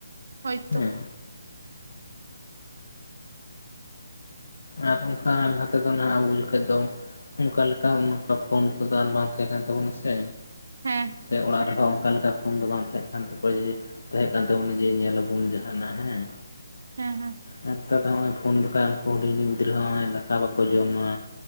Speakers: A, on the right (about 60°); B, on the left (about 70°).
A: ᱦᱳᱭᱛᱳ᱾
B: ᱦᱮᱸ ᱟᱨ ᱚᱱᱠᱟ ᱞᱟᱦᱟ ᱛᱮᱫᱚ ᱱᱟᱦᱟᱜ ᱟᱵᱚ ᱡᱚᱠᱷᱟ ᱫᱚ, ᱚᱱᱠᱟ ᱞᱮᱠᱟ ᱚᱱᱠᱟ ᱯᱷᱳᱱ ᱠᱚᱫᱚ ᱟᱨ ᱵᱟᱝ ᱛᱟᱦᱮᱸ ᱠᱟᱱ ᱛᱟᱵᱚᱱᱟ ᱥᱮ᱾
A: ᱦᱮᱸ
B: ᱥᱮ ᱚᱲᱟᱜ ᱨᱮᱦᱚᱸ ᱚᱱᱠᱟ ᱞᱮᱠᱟ ᱯᱷᱳᱱ ᱫᱚ ᱵᱟᱝ ᱛᱟᱦᱮᱸ ᱠᱟᱱ ᱛᱟᱠᱚᱣᱟ ᱡᱮ ᱛᱟᱸᱦᱮ ᱠᱟᱱ ᱛᱟᱵᱳᱱᱟ ᱡᱮ ᱧᱮᱞᱟᱵᱚᱱ ᱡᱟᱦᱟᱱᱟᱜ ᱦᱮᱸ᱾
A: ᱦᱮᱸ ᱦᱮᱸ
B: ᱟᱨ ᱱᱮᱛᱟᱨ ᱫᱚ ᱦᱚᱸᱜᱼᱚᱭ ᱯᱷᱳᱱ ᱵᱟᱠᱷᱟᱡ, ᱰᱩᱰᱤᱧ ᱦᱩᱰᱤᱧ ᱜᱤᱫᱽᱨᱟᱹ ᱦᱚᱸᱜᱼᱚᱭ ᱫᱟᱠᱟ ᱵᱟᱠᱚ ᱡᱚᱢᱟ